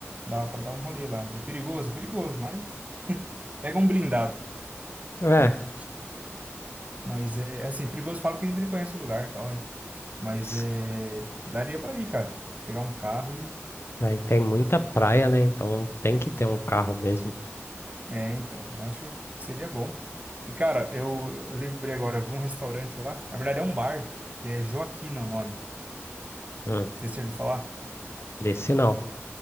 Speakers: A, on the right; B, on the left.
A: dá pra dar um rolê lá. É perigoso, perigoso, mas... Pega um blindado,
B: É.
A: né? Mas é, assim, perigoso falo porque a gente não conhece o lugar, tal, né? Mas
B: s-
A: é, daria para ir, cara. Pegar um carro e.
B: Aí tem muita praia, né? Então tem que ter um carro mesmo.
A: É, então, eu acho que seria bom. E, cara, eu, eu lembrei agora, eu vi um restaurante lá. Na verdade, é um bar, que é Joaquina o nome.
B: Hum,
A: Você já ouviu falar?
B: desse não.